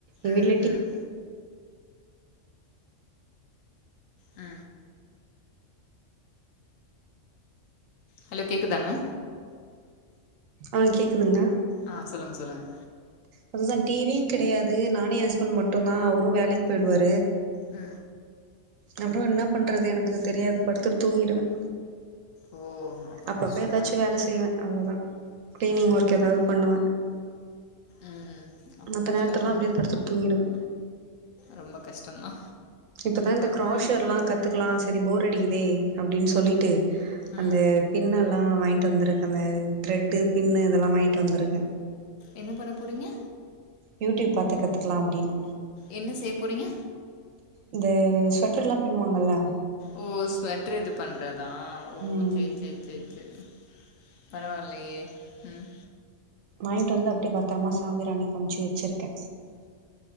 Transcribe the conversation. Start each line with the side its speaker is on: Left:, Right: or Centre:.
Right: எ
Left: ம்
Right: வீட்ல டி
Left: ம் ஆ ஹலோ கேக்குதாங்க
Right: ஆ கேக்குதுங்க
Left: ஆ சொல்லுங்க சொல்லுங்க
Right: அதுதான் டிவியும் கிடையாது நானும் என் ஹஸ்பண்ட் மட்டும்தான் அவரும் வேலக்கு போயிடுவாரு
Left: ஆ
Right: அப்புறம் என்ன பண்றது எனக்கு தெரியாது படுத்துட்டு தூங்கிடுவேன்
Left: ஓ அப்போ
Right: அப்பப்ப
Left: கஷ்டந்தாங்க
Right: ஏதாச்சும் வேலை செய்வே அவ்ளோதா கிளீனிங்
Left: ம்
Right: ஒர்க்
Left: ம்
Right: ஏதாவது பண்ணுவே
Left: ம் அப்போ
Right: மத்த
Left: கஷ்டந்தாங்க
Right: நேரத்துல எல்லா அப்படியே படுத்து தூங்கிடுவே
Left: ரொம்ப கஷ்டந்தா
Right: இப்ப தா இந்த
Left: பரவாயில்லயே
Right: க்ராஷர்ல்லா
Left: உங்களுக்கு
Right: கத்துக்கலா
Left: வந்து
Right: சரி போர் அடிக்குதே அப்டின்னு சொல்லிட்டு
Left: ம்
Right: அந்த பின்னல்லா வாங்கிட்டு வந்திருக்கே அந்த த்ரெட்டு பின்னு இதெல்லா வாங்கிட்டு வந்திருக்கே
Left: என்ன பண்ண போறீங்க
Right: யூடியூப் பாத்து கத்துக்கலா அப்டின்னு
Left: என்ன செய்ய போறீங்க
Right: இந்த ஸ்வட்டர் எல்லா பின்னுவாங்கல்ல
Left: ஓ ஸ்வெட்டரு இது பண்றதா ஓ
Right: ம்.
Left: சேரி சேரி சேரி சேரி பரவால்லயே ம்
Right: வாங்கிட்டு வந்து அப்படியே பத்தரமா சாமி ராணி காமிச்சு வச்சிருக்கே